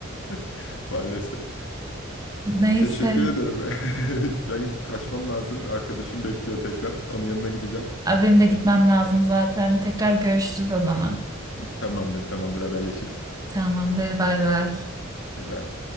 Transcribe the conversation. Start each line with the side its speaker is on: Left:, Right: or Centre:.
Left: <laughs> Maalesef.
Right: Neyse.
Left: Teşekkür ederim. <laughs> Ben kaçmam lazım. Arkadaşım bekliyor tekrar. Onun yanına gideceğim.
Right: Abi benim de gitmem lazım zaten. Tekrar görüşürüz o zaman.
Left: Tamamdır, tamamdır haberleşiriz.
Right: Tamamdır, bay bay.
Left: Bay bay.